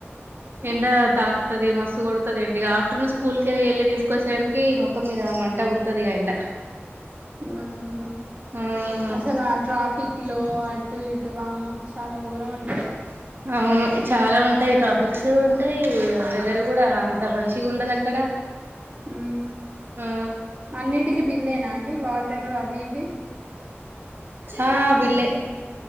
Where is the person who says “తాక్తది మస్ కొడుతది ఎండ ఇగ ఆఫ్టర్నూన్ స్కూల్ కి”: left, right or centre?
Right